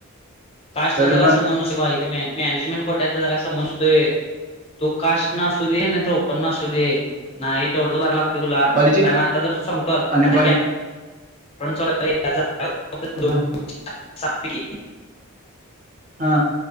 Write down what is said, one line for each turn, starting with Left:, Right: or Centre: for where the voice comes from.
Left: कास्टला
Right: तरी
Left: जाग
Right: पण
Left: संबंध नस बाे मॅनेजमेंट खोट्याचा जाग संमंध न सतोय तो कास्ट. असू दे नाही तर ओ पन अ सू दे नाही ते एवढं भरायलागत. तुला
Right: कॉलेज
Left: कारण आता तर सांगतो आता.
Right: आणि कॉलेज
Left: <unintelligible>
Right: हा हा